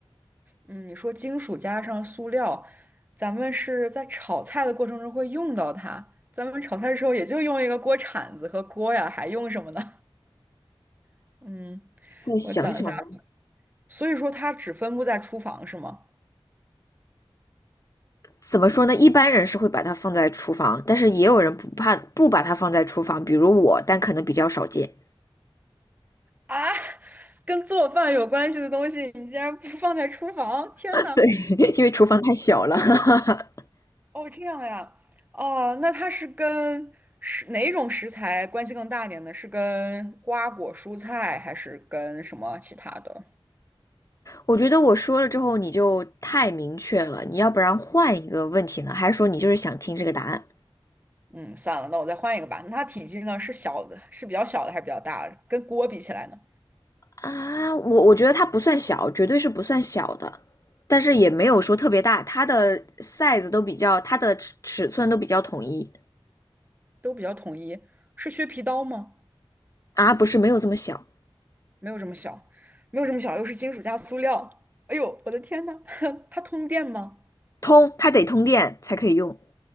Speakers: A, on the right (about 20°); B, on the left (about 35°).
A: 嗯，你说金属加上塑料，咱们是在炒菜的过程中会用到它。咱们炒菜的时候也就用一个锅铲子和锅呀，还用什么呢？<laughs> 嗯，
B: 再想想吧，
A: 我想一下，所以说它只分布在厨房是吗？
B: 怎么说呢？一般人是会把它放在厨房，但是也有人不怕不把它放在厨房，比如我，但可能比较少见，
A: 啊，跟做饭有关系的东西，你竟然不放在厨房？天呐！
B: <laughs> 对，因为厨房太小了。<laughs>
A: 哦，这样呀，哦，那它是跟食哪种食材关系更大一点呢？是跟瓜果蔬菜，还是跟什么其他的？
B: 我觉得我说了之后你就太明确了，你要不然换一个问题呢？还是说你就是想听这个答案
A: 嗯，算了，那我再换一个吧。那它体积呢是小的，是比较小的还是比较大的？跟锅比起来呢，
B: 啊？我我觉得它不算小，绝对是不算小的，但是也没有说特别大，它的 size 都比较，它的尺尺寸都比较统一
A: 都比较统一。是削皮刀吗？
B: 啊，不是没有这么小，
A: 没有这么小，没有这么小，又是金属加塑料。哎呦，我的天呐，<laughs> 它通电吗？
B: 通它得通电才可以用